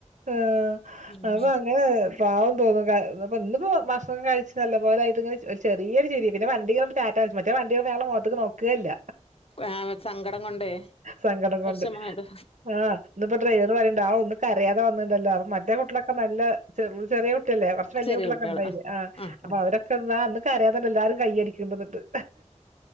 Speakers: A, on the right; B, on the left.
A: ആഹ്
B: ഉം
A: അപ്പൊങ്ങനാ പാവം തോന്നും ന്നിപ്പോ ഇന്നിപ്പോ ഭക്ഷണം കഴിച്ച് നല്ലപോലായിട്ട് ഇങ്ങനെ ചെറിയൊ രു ചിരി പിന്നെ വണ്ടി കേറുമ്പോ റ്റാറ്റാ കാണിച് മറ്റത് വണ്ടി കേറുമ്പോ ഞങ്ങളെ മുഖത്ത്ക്ക് നോക്കേ ല്ല
B: ആഹ് സങ്കടം കൊണ്ടേ
A: സങ്കടം
B: വിഷമായത്
A: കൊണ്ട് ആഹ് ഇന്നിപ്പോ ഡ്രൈവർ പറയണ്ട് ആഹ് ഒന്ന് കരയാതെ വന്നിണ്ടല്ല ന്ന് മറ്റേ കുട്ടികളൊക്കെ നല്ല വള് ചെറിയ കുട്ടിയല്ലേ കുറച്ച് വല്യ
B: ചെറിയ
A: കുട്ട്യളൊക്കെ
B: കുട്ടികള്
A: ഉണ്ടയില്
B: ആ
A: ആഹ്
B: ആ
A: അപ്പൊ അവരൊക്കെ ക്കെന്ന ഇന്ന് കരയാതെ എല്ലാരും കയ്യടിക്കെന്നിറ്റ്